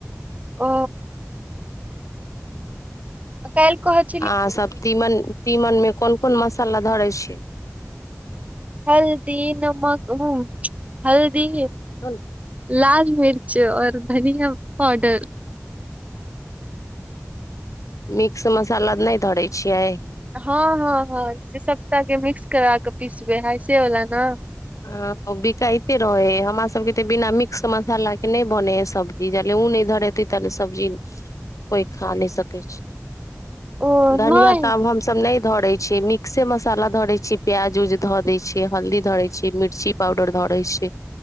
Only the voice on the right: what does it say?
ओ कैल कहैत
हल्दी नमक उ हल्दी
लाल मिर्च और धनिया पाउडर
हँ हँ हँ जे सप्ताह हे मिक्स करा क पिसबे हइ से बला नऽ
<inaudible>
ओ
नहि